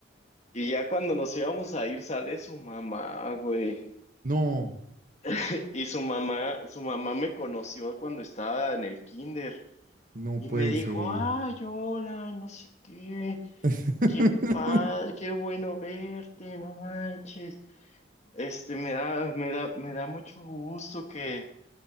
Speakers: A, on the left; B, on the right.
A: Y ya cuando nos íbamos a ir, sale su mamá, güey.
B: no,
A: <laughs> Y su mamá, su mamá me conoció cuando estaba en el kinder
B: no
A: y
B: puede
A: me dijo,
B: ser.
A: ay, hola, no sé qué,
B: <laughs>
A: qué padre, qué bueno verte, no manches. Este, me da, me da, me da mucho gusto que,